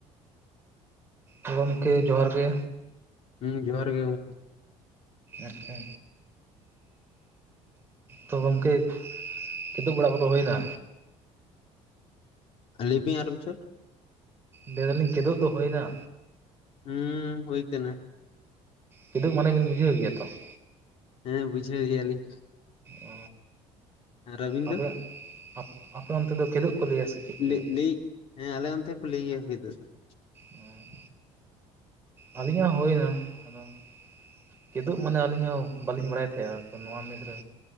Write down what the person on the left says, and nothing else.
ᱦᱤᱸ ᱡᱚᱦᱟᱨ ᱜᱮ ᱜᱚᱝᱠᱮ ᱾
ᱟᱞᱤᱯᱤ ᱟᱨ ᱵᱚᱪᱷᱚᱴ
ᱦᱩᱸ ᱦᱩᱭ ᱠᱟᱱᱟ ᱾
ᱦᱮᱸ ᱵᱩᱡᱷᱟᱹᱣ ᱜᱮᱭᱟ ᱞᱤᱧ ᱾
ᱟᱹᱵᱤᱱ
ᱫᱚ
ᱞᱮ
ᱞᱟᱹᱭ ᱦᱮᱸ ᱟᱞᱮ ᱚᱱᱛᱮ ᱠᱮ ᱞᱟᱹᱭᱭᱟ ᱦᱩᱭ ᱠᱤᱫᱩᱰ ᱫᱚ ᱾